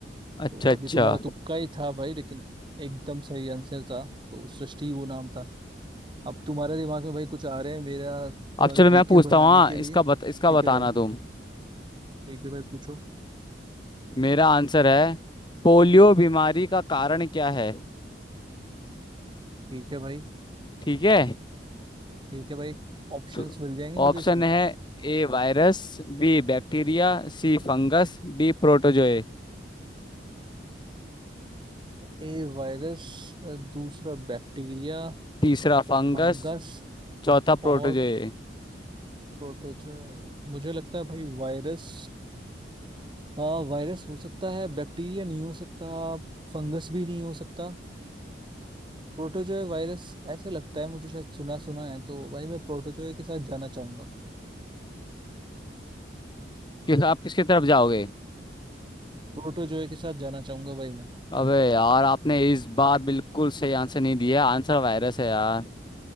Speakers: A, on the right; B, on the left.
A: तो
B: अच्छा अच्छा
A: अभी तुम्हारा तुक्का ही था भाई लेकिन एकदम सही आंसर था तो सृष्टि वो नाम था अब तुम्हारे दिमाग में भाई कुछ आ रहे हैं मेरा थोड़ा
B: अब चलो
A: जीके
B: मैं पूछता
A: बढ़ाने
B: हूँ हाँ
A: के
B: इसका
A: लिए ठीक
B: बत, इसका बताना
A: है भाई
B: तुम
A: ठीक है भाई पूछो
B: मेरा आंसर है पोलियो बीमारी का कारण क्या है
A: ठीक है भाई
B: ठीक है
A: ठीक है भाई ऑप्शंस
B: तो
A: मिल जाएंगे मुझे
B: ऑप्शन
A: इसमें
B: है A virus B bacteria C fungus D protozoa
A: ए वायरस दूसरा बैक्टीरिया
B: तीसरा फंगस
A: फंगस
B: चौथा प्रोटोजोए
A: और प्रोटोजोआ मुझे लगता है भाई वायरस अ, वायरस हो सकता है बैक्टीरिया नहीं हो सकता फंगस भी नहीं हो सकता प्रोटोजोय वायरस ऐसे लगता है मुझे शायद सुना सुना है तो भाई मैं प्रोटोजोय के साथ जाना चाहूंगा
B: कि आप किसकी तरफ जाओगे
A: प्रोटोजोय के साथ जाना चाहूंगा भाई मैं
B: अबे यार आपने इस बार बिल्कुल सही आंसर नहीं दिया आंसर वायरस है यार